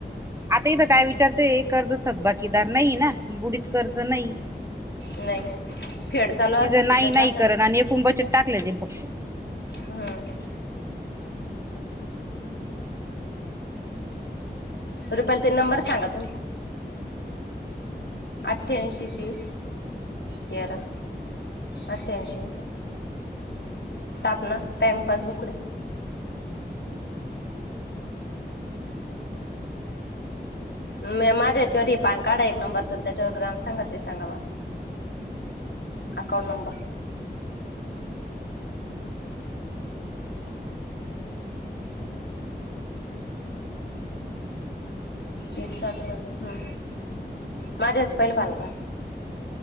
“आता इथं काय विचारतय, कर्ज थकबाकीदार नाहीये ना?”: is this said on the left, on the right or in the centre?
Right